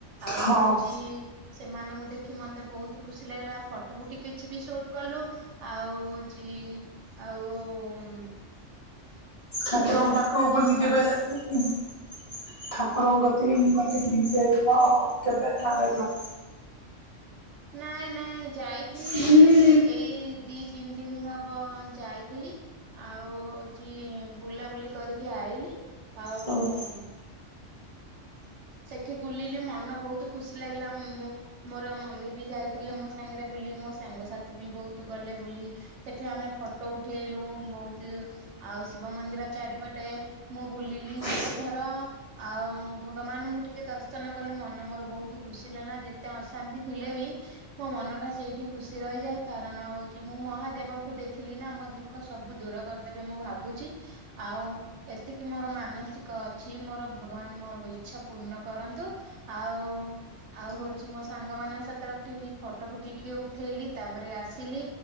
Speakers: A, on the right; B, on the left.
A: ଆଉ
B: ହଁ
A: ହଉଚି ସେମାନଙ୍କୁ ଦେଖି ମନ୍ତେ ବହୁତ ଖୁସି ଲାଗିଲା ଫ <unintelligible> କିଛି ବି ସୁଟ କଲୁ ଆଉ ହଉଛି ଆଉ ଉଁ
B: ଠାକୁରଙ୍କ ପାଖକୁ ବୁଲି
A: ମୋ
B: କେବେ
A: ପାଞ୍ଚ
B: <unintelligible> ଠାକୁରଙ୍କ କତିକି, ମୁଁ କହିଲି ବୁଲି ଯାଇଥିଲ କେବେ ନା ଯାଇନ?
A: ନାଇଁ ନାଇଁ। ଯାଇଥିଲି
B: ବୁଲି
A: ଏଇ ଦି ତିନି ଦିନ ହବ ଯାଇଥିଲି, ଆଉ ହଉଚି ବୁଲାବୁଲି କରିକି ଆଇଲି, ଆଉ
B: ହଉ।
A: ହୁଁ। ସେଠି ବୁଲିଲି ମନ ବହୁତ ଖୁସି ଲାଗିଲା। ମୋ ମୋର ମମି ବି ଯାଇଥିଲେ, ମୋ ସାଙ୍ଗରେ ବୁଲି। ମୋ ସାଙ୍ଗସାଥି ବି ବହୁତ ଗଲେ ବୁଲି। ସେଠି ଆମେ ଫଟୋ ଉଠେଇଲୁ, ବହୁ ତୁ ଆଉ ଶିବ ମନ୍ଦିର ଚାରିପଟେ ମୁଁ ବୁଲିଲି
B: ଯାଇଥିଲି
A: ସାତଥର। ଆଉ ଭ ଭଗବାନଙ୍କୁ ଟିକେ ଦର୍ଶନ କଲି, ମନ ମୋର ବହୁତୁ ଖୁସି ଲାଗିଲା। ଯେତେ ଅଶାନ୍ତି ଥିଲେ ବି ମୋ ମନଟା ସେଇଠି ଖୁସି ରହିଯାଏ, କାରଣ ହଉଚି ମୁଁ ମହାଦେବଙ୍କୁ ଦେ ଇଥିଲି ନା ମୋ ଦୁଃଖ ସବୁ ଦୂର କରିଦେବେ ମୁଁ ଭାବୁଚି। ଆଉ ଏତିକି ମୋର ମାନସିକ ଅଛି, ମୋର ଭଗବାନ ମୋର ଇ ଇଛା ପୂର୍ଣ୍ଣ କରନ୍ତୁ। ଆଉ ଆଉ ହଉଛି ମୋ ସାଙ୍ଗ ମାନଙ୍କ ସାଥିରେ, ଉଠି ଟିକେ ଫଟୋ ଫୁଟି ଟିକେ ଉଠେଇଲି ତାପରେ ଆସିଲି।